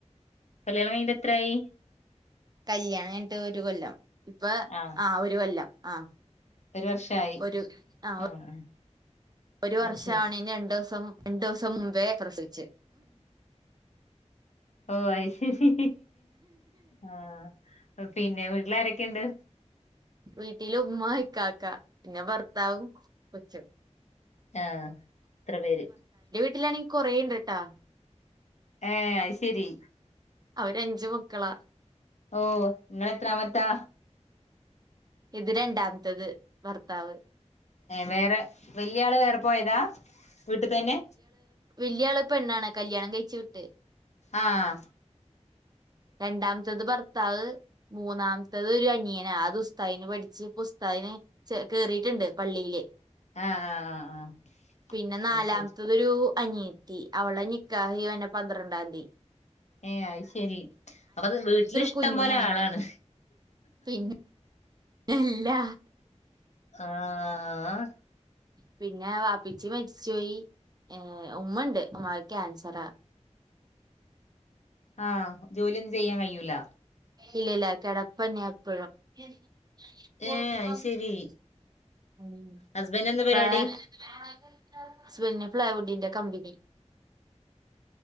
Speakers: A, on the left (about 70°); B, on the right (about 35°).
A: കല്യാണം കഴിഞ്ഞിട്ട് എത്രായി
B: കല്യാണം കഞ്ഞിട്ട് ഒരു കൊല്ലം ഇപ്പൊ
A: ആഹ്
B: ആ ഒരു കൊല്ലം ആഹ്
A: ഒരു വർഷായി
B: ഒരു ആ
A: ആഹ് ആഹ്
B: ഒരു വർഷമാണെ
A: അത് ശരി
B: രണ്ടു ദിവസം രണ്ടു ദിവസം മുമ്പേ പ്രസവിച്ചേ
A: ഓ ശരി ആഹ പിന്നെ വീട്ടിലാരൊക്കെയുണ്ട്
B: വീട്ടില് ഉമ്മ ഇക്കാക്ക പിന്നെ ഭർത്താവും കൊച്ചും
A: ആഹ ഇത്ര പേര്
B: ട്ടാണെങ്കിൽ കൊറേണ്ട് കേട്ടാ
A: ഏ ആശരി
B: അവര് അഞ്ചു മക്കളാ
A: ഓ നിങ്ങൾത്രാമത്താ
B: ഇത് രണ്ടാമത്തത് ഭർത്താവ്
A: ഏ വേറെ വലിയ ആള് വേറെ പോയതാ വീട്ടിൽ തന്നെ
B: വല്യ ആൾ പെണ്ണ് ആണ് കല്യാണം കഴിച് വിട്ട്
A: ആഹ
B: രണ്ടാമത്തത് ഭർത്താ ത്താവ് മൂന്നാമത്തത് ഒരു അനിയന ആ ദുസ്താവിന് പഠിച്ച ഇപ്പാ ഉസ്താദിന് കേറിട്ട് ട്ട് പള്ളിൽ
A: ആഹ് ആഹ് ആഹ് ആഹ്
B: പിന്നെ നാലാമത്തരു
A: അത് ശരി
B: അനിയത്തി അവളെ നിക്കാഹ ഇവരുന്ന പന്ത്രണ്ടാംതി
A: ഏയ് അശ്ശേരി അപ്പൊ അത് വീട്ടില ഇഷ്ടം
B: കുഞ്ഞാണ്
A: പോലെ ആളാണ്
B: പിന്നെ അല്ല
A: ആഹ
B: പിന്നെ വാപ്പിച്ചു മരിച്ചപോയി ഏ ഉമ്മുണ്ട് ഉമാ ക്യാൻസറ
A: ആഹ ജോലിയൊന്നും ചെയ്യാൻ കഴൂല
B: ഇല്ല ഇല്ല കിടപ്പന്നെ എപ്പഴും <unintelligible>
A: ഏഹ് അത് ശെരി ഹസ്ബൻഡ് എന്താ പരിപാടി
B: പാ <unintelligible> ഫ്ലൈവുഡിന്റെ കമ്പനി